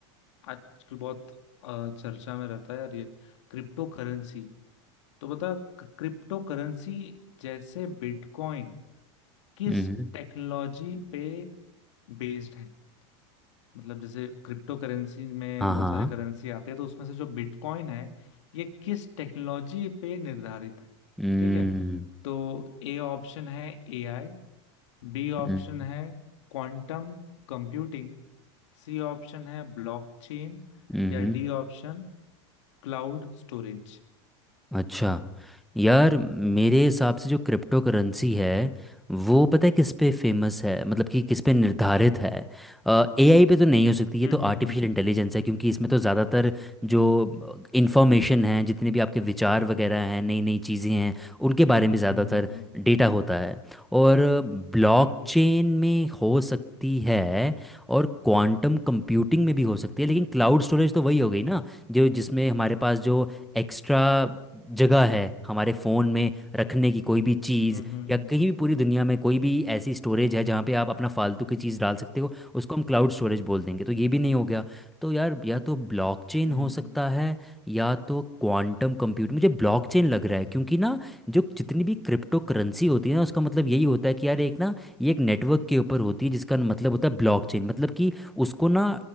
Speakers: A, on the left; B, in the centre.
A: आजकल बहुत अ, चर्चा में रहता है यार ये क्रिप्टो करेंसी तो बता क्रिप्टो करेंसी जैसे बिटकॉइन किस
B: हम्म
A: टेक्नोलॉजी पे बेस्ड है मतलब जैसे क्रिप्टो करेंसी में
B: हाँ
A: बहुत
B: हाँ
A: सारे करेंसी आते हैं तो उसमें से जो बिटकॉइन है ये किस टेक्नोलॉजी पे निर्धारित है
B: हम्म
A: ठीक है तो ए ऑप्शन है एआई बी ऑप्शन
B: हम्म,
A: है क्वांटम कंप्यूटिंग सी ऑप्शन है ब्लॉकचेन
B: हम्म,
A: या डी ऑप्शन क्लाउड स्टोरेज
B: अच्छा यार मेरे हिसाब से जो क्रिप्टो करेंसी है वो पता है किस पे फेमस है मतलब कि किस पे निर्धारित है एआई पे तो नहीं हो सकती ये
A: हम्म
B: तो
A: हम्म
B: आर्टिफिशियल इंटेलिजेंस है क्योंकि इसमें तो ज़्यादातर जो इंफॉर्मेशन है जितने भी आपके विचार वगैरह हैं नई नई चीज़ें हैं उनके
A: हम्म
B: बारे में
A: हम्म
B: ज़्यादातर
A: हम्म हम्म हम्म,
B: डेटा होता है और
A: हम्म,
B: ब्लॉकचेन
A: बिल्कुल
B: में हो सकती है और क्वांटम कंप्यूटिंग में भी हो सकती है लेकिन क्लाउड स्टोरेज तो वही हो गई ना जो जिसमें हमारे पास जो एक्स्ट्रा जगह है हमारे फ़ोन में रखने की कोई भी चीज़
A: हम्म हम्म
B: या कहीं भी पूरी दुनिया में कोई भी ऐसी स्टोरेज है जहाँ पे आप अपना फालतू की चीज़ डाल सकते हो उसको हम क्लाउड स्टोरेज बोल देंगे तो ये भी नहीं हो गया तो यार या तो ब्लॉकचेन
A: हम्म
B: हो सकता है या तो क्वांटम कंप्यूटर मुझे ब्लॉकचेन लग रहा है क्योंकि ना जो जितनी भी क्रिप्टो करेंसी होती है ना उसका मतलब यही होता है कि यार एक ना ये एक नेटवर्क के ऊपर होती है जिसका मतलब होता है ब्लॉकचेन मतलब कि उसको ना